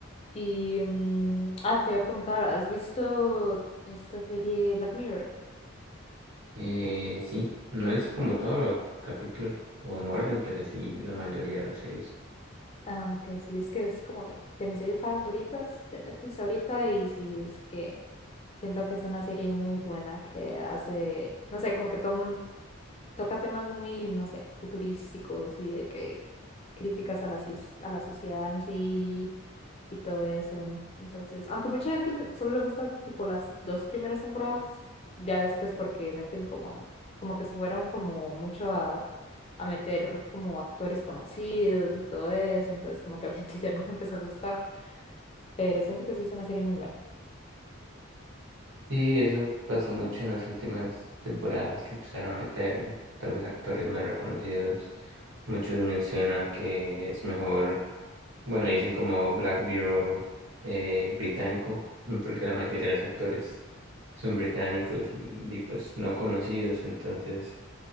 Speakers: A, on the left (about 30°); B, on the right (about 85°).
A: Y mm, ah, te voy a preguntar, ¿has visto esta serie Black Mirror?
B: Eh, sí, no hice como todos los capítulos o en orden, pero sí, la mayoría los he visto.
A: Ah, ok, sí, es que es como de de mis series favoritas de Netflix ahorita y sí, es que siento que es una serie muy buena que hace, no sé, como que tom- toca temas muy, no sé, futurísticos y de que críticas a la, cies- a la sociedad en sí y todo eso. Entonces, aunque mucha gente l- solo le gusta tipo las dos primeras temporadas, ya después porque meten como, como que se fueron como mucho a, a meter como actores conocidos y todo eso, entonces como que a la gente <laughs> ya no le empezó a gustar, pero siento que sí es una serie muy buena.
B: Sí, eso pasó mucho en las últimas temporadas que empezaron a meter tal vez actores no reconocidos. Muchos mencionan que es mejor, bueno, dicen como Black Bureau eh, británico, <laughs> porque la mayoría de los actores son británicos y, y, pues no conocidos, entonces